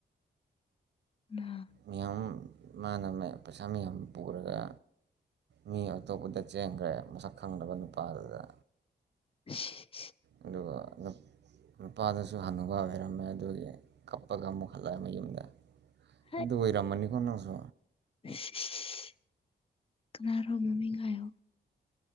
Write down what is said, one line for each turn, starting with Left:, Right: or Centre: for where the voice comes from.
Left: ꯅ
Right: ꯃꯤꯌꯥꯝ ꯃꯥꯅ <unintelligible> ꯄꯩꯁꯥ ꯃꯌꯥꯝ ꯄꯨꯔꯒ ꯃꯤ ꯑꯇꯣꯞꯄꯗ ꯆꯦꯟꯒ꯭ꯔꯦ ꯃꯁꯛ ꯈꯪꯗꯕ ꯅꯨꯄꯥꯗꯨꯗ
Left: <unintelligible>
Right: ꯑꯗꯨꯒ ꯅꯨꯞ ꯅꯨꯄꯥꯗꯨ ꯁꯨ ꯍꯅꯨꯕ ꯑꯣꯏꯔꯝꯃꯦ ꯑꯗꯨꯒꯤ ꯀꯞꯄꯒ ꯑꯃꯨꯛ ꯍꯜꯂꯛꯑꯦ ꯃꯌꯨꯝꯗ
Left: ꯀꯅꯥ
Right: ꯑꯗꯨ ꯑꯣꯏꯔꯝꯃꯅꯤꯀꯣ ꯅꯪꯁꯨ
Left: <unintelligible> ꯀꯅꯥꯔꯣ ꯃꯃꯤꯡ ꯍꯥꯏꯌꯣ